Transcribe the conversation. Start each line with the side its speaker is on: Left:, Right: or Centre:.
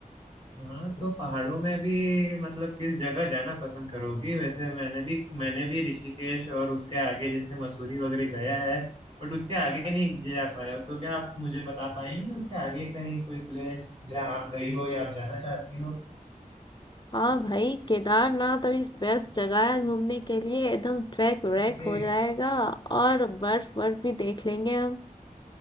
Right: हाँ तो पहाड़ों में भी मतलब किस जगह जाना पसंद करोगी वैसे मैंने भी मैंने भी ऋषिकेश और उसके आगे जैसे मसूरी वगैरह गया है बट उसके आगे नहीं जा पाया तो क्या आप मुझे बता पाएंगी उसके आगे कहीं कोई प्लेस जहाँ आप गई हो या आप जाना चाहती
Left: हाँ भाई केदारनाथ अभी बेस्ट जगह है घूमने के लिए एकदम ट्रैक व्रैक
Right: हो
Left: हो जाएगा और बर्फ बर्फ भी देख लेंगे हम